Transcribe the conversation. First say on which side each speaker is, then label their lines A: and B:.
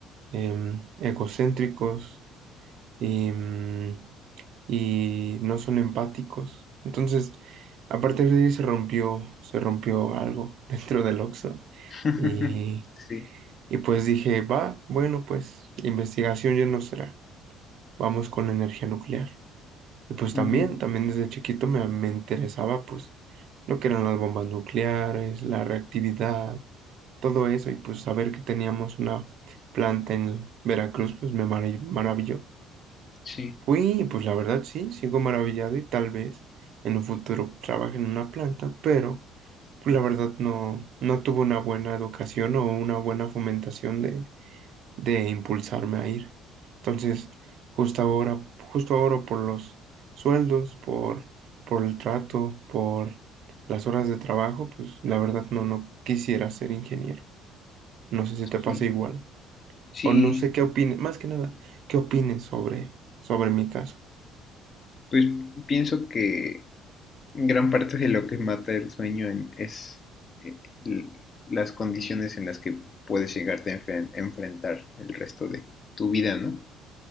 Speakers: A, on the right; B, on the left.
A: em, egocéntricos em, y no son empáticos. Entonces, a partir de ahí se rompió, se rompió algo <laughs> dentro del Oxxo.
B: <laughs>
A: Y,
B: Sí,
A: y pues dije, va, bueno, pues investigación ya no será. Vamos con la energía nuclear. Y pues también,
B: ujú,
A: también desde chiquito me, me interesaba pues lo que eran las bombas nucleares, la reactividad, todo eso. Y pues saber que teníamos una planta en Veracruz, pues me marav- maravilló.
B: sí,
A: Fui, pues la verdad sí, sigo maravillado y tal vez en un futuro trabaje en una planta, pero pues la verdad no, no tuve una buena educación o una buena fomentación de, de impulsarme a ir. Entonces, justo ahora, justo ahora por los sueldos, por, por el trato, por las horas de trabajo, pues la verdad no, no quisiera ser ingeniero. No sé si te pasa
B: sí,
A: igual.
B: sí.
A: O no sé qué opines, más que nada, qué opines sobre, sobre mi caso.
B: Pues pienso que gran parte de lo que mata el sueño en- es eh, l- las condiciones en las que puedes llegarte a enfren- enfrentar el resto de tu vida, ¿no?